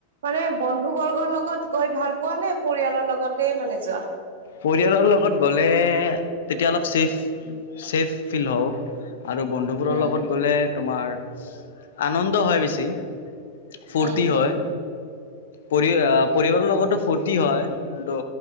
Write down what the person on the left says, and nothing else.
পৰিয়ালৰ লগত গ'লে, তেতিয়া অলপ চছেফ, চছেফ ফিল হওঁ। আৰু বন্ধুবোৰৰ
লগত গ'লে তোমাৰ, আনন্দ হয় বেছি। ফূৰ্তি
হয়। পৰি আহ, পৰিবাৰৰ লগতো ফূুৰ্তি হয়, কিন্তু